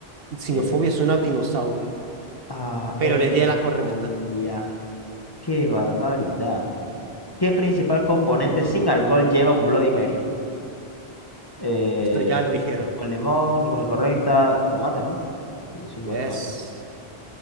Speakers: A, on the right; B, on the left.
A: Sinofobia
B: Eh,
A: suena a dinosaurio,
B: Ah, herpetofobia.
A: pero le di a la correcta.
B: Qué barbaridad. ¿Qué principal componente sin alcohol lleva un Bloody Mary? Eh,
A: Esto ya lo dijeron.
B: con limón, ninguna es correcta. Tomate, ¿no? Sí, zumo
A: Yes.
B: de tomate.